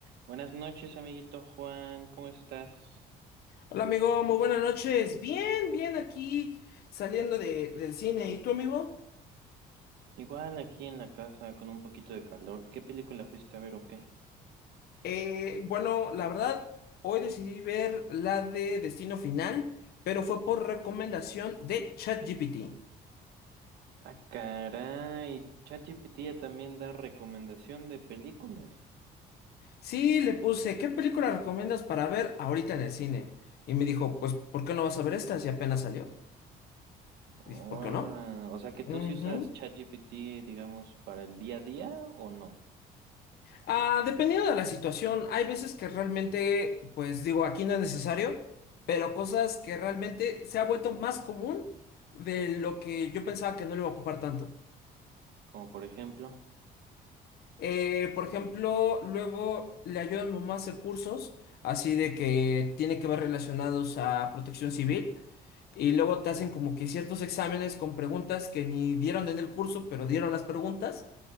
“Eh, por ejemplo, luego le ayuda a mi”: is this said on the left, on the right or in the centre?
Left